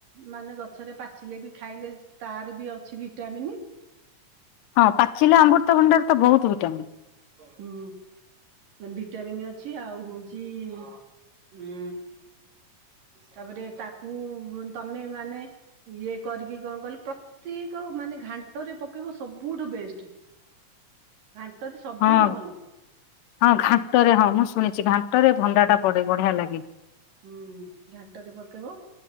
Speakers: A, on the right; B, on the left.
A: ମାନେ ଗଛରେ ପାଚିଲେ ବି ଖାଇଲେ ତାର ବି ଅଛି ଭିଟାମିିନି।
B: ହଁ ପାଚିଲା ଅମୃତଭଣ୍ଡାରେ ତ ବହୁତ୍ ଭିଟାମିନ୍।
A: ହୁଁ। ଭିଟାମିନ୍ ଅଛି, ଆଉ ହଉଚି ଉଁ ତାପରେ ତାକୁ ତମେ ମାନେ ଇଏ କରିକି କଣ କଇଲେ ପ୍ରତ୍ୟେକ ମାନେ ଘାଣ୍ଟ ରେ ପକେଇବ ସବୁଠୁ ବେଷ୍ଟ। ଘାଣ୍ଟରେ ସବୁଠୁ
B: ହଁ
A: ଭଲ।
B: ହଁ ଘାଣ୍ଟରେ ହଁ ମୁଁ ଶୁଣିଚି ଘାଣ୍ଟରେ ଭଣ୍ଡାଟା ପଡେ ବଢିଆ ଲାଗେ।
A: ହୁଁ ଘାଣ୍ଟରେ ପକେଇବ।